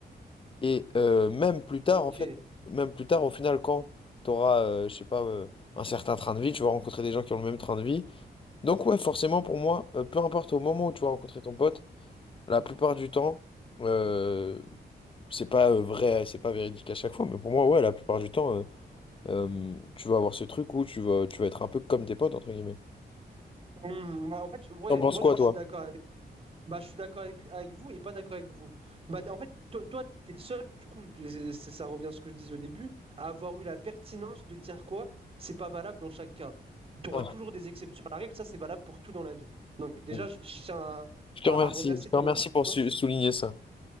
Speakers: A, on the left (about 30°); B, on the right (about 35°).
A: Et euh, même plus tard,
B: Ok.
A: en fait, même plus tard, au final, quand tu auras, je sais pas, euh, un certain train de vie, tu vas rencontrer des gens qui ont le même train de vie. Donc ouais, forcément, pour moi, euh, peu importe au moment où tu vas rencontrer ton pote, la plupart du temps, euh, c'est pas euh, vrai, c'est pas véridique à chaque fois, mais pour moi, ouais, la plupart du temps, euh, euh, tu vas avoir ce truc où tu vas, tu vas être un peu comme tes potes, entre guillemets.
B: Hmm, bah, en fait, ouais,
A: T'en penses
B: moi
A: quoi,
B: je
A: toi?
B: je suis d'accord avec, bah, je suis d'accord avec, avec vous et pas d'accord avec vous. Bah, en fait, toi, toi, t'es le seul, du coup, c'est- ça, ça revient à ce que je disais au début, à avoir eu la pertinence de dire quoi, c'est pas valable dans chaque cas. Tu auras
A: Ah,
B: toujours des exceptions à la règle, ça c'est valable pour tout dans la vie. Donc, déjà,
A: je
B: je, je tiens à,
A: te
B: à-
A: remercie,
B: à remercier
A: je te
B: ton
A: remercie
B: intelligence
A: pour su- souligner ça.